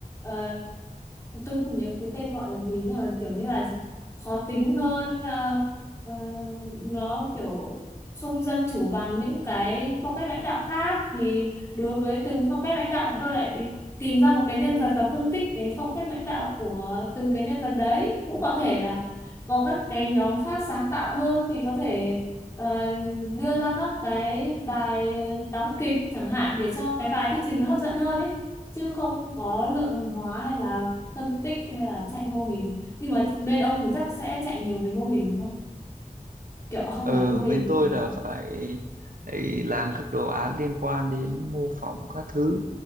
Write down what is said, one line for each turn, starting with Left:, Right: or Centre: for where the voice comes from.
Left: uh, tôi không nhớ cái tên gọi là gì nhưng mà kiểu như là khó tính hơn à, ờ, nó kiểu không dân chủ bằng những cái phong cách lãnh đạo khác thì đối với từng phong cách lãnh đạo bọn tôi lại tìm ra một cái nhân vật và phân tích cái phong cách lãnh đạo của từng cái nhân vật đấy cũng có thể là có các cái nhóm khác sáng tạo hơn thì có thể ờ, đưa ra các cái bài đóng kịch chẳng hạn để cho cái bài thuyết trình nó hấp dẫn hơn ấy chứ không có lượng hóa hay là phân tích hay là chạy mô hình nhưng mà bên ông thì chắc sẽ chạy nhiều về mô hình đúng không kiểu không
Right: ừ
Left: phải mô hình
Right: bên tôi
Left: mà
Right: là phải ấy, làm các đồ án liên quan đến mô phỏng các thứ